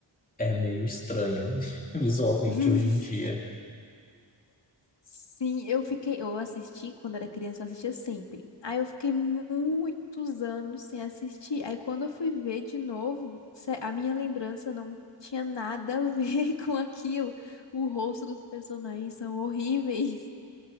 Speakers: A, on the left; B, on the left.
A: é meio estranho <laughs> visualmente
B: <laughs>
A: hoje em dia.
B: Sim, eu fiquei, eu assisti quando era criança, eu assistia sempre. Aí eu fiquei muitos anos sem assistir. Aí quando eu fui ver de novo, sé- a minha lembrança não tinha nada a ver <laughs> com aquilo. O rosto dos personagens são horríveis.